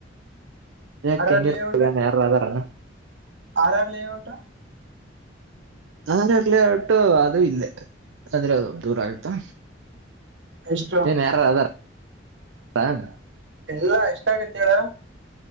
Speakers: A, on the right (about 80°); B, on the right (about 65°).
A: ಏ
B: ಆರ್
A: ಕೆಂಗೇರ
B: ಆರ್ ಲೇಔಟ್
A: ಅಲ್ ಎನ್ ಯಾರ ಅದರನ.
B: R R layout.
A: R R layout ಅದು ಇಲ್ಲೆ ಅಂದ್ರ ದೂರ ಆಗತ್ತಾ
B: ಎಷ್ಟು
A: ಏನ್ ಯಾರ ಅದಾರ. ತಾಂಗ್.
B: ಇಲ್ಲಾ ಇಸ್ಟ ಬಿತ್ಯರ.